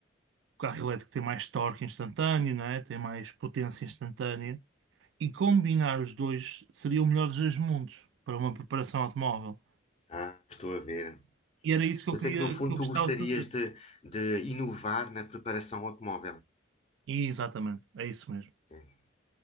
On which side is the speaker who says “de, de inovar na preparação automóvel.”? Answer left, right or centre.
Left